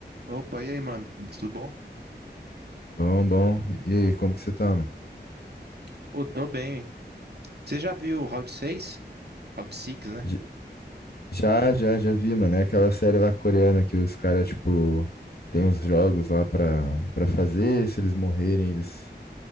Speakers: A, on the right; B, on the left.
A: Opa, e aí, mano? Tudo bom?
B: Bom, bom. E aí, como que você tá, mano?
A: Pô, tô bem. hein? Você já viu o Round 6? Round 6, né?
B: J- Já, já, já vi, mano. É aquela série lá coreana que os caras, tipo, tem os jogos lá pra, pra fazer. Se eles morrerem, eles,